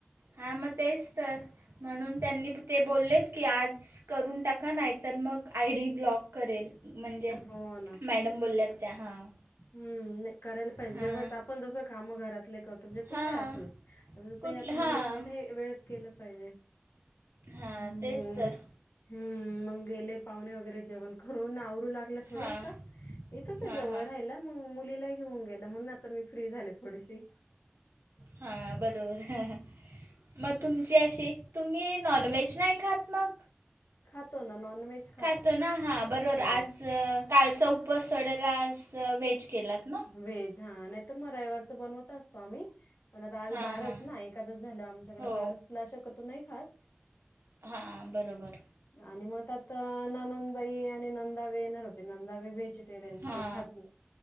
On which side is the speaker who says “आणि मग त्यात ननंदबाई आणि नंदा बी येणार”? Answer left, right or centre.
Left